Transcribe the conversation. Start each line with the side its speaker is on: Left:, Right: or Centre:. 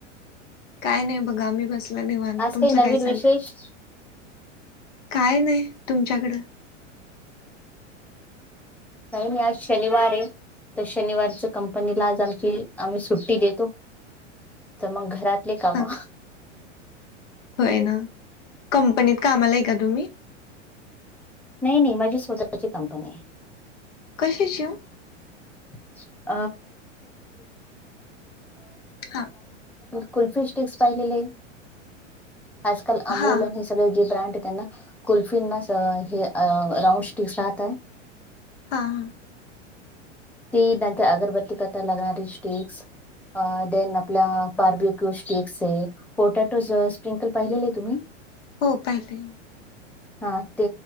Left: काय नाही बघा, मी बसलोय निवांत
Centre: आज
Left: तुमचं
Centre: काही नवीन
Left: काय चाललय?
Centre: विशेष
Left: काय नाही, तुमच्याकडं.
Centre: नाही- नाही आज शनिवार हेय, तर शनिवारच कंपनीला आज आमची, आम्ही सुट्टी देतो. तर मग घरातली काम.
Left: हा का? होय ना, कंपनीत कामाला हाय का तुम्ही?
Centre: नाही, नाही माझी स्वतःची कंपनी हेय.
Left: कशी शिवू?
Centre: <unintelligible>
Left: हा
Centre: कुल्फी स्टिक काय झालंय, आज काल अंबावणे
Left: हा
Centre: नेच तुम्ही जे ब्रँड देताय त्यांना, कुल्फिना हे राऊंड स्टिक्स राहतात.
Left: हां, हां.
Centre: ती बनते, अगरबत्ती करताना लागणारी स्टिक अ, दोन आपल्या बार्बेक्यू स्टीक्स हेय. पोटॅटो ज, स्प्रिंकल पाहिलेलं हेय तुम्ही?
Left: हो पाहिले.
Centre: हा ते,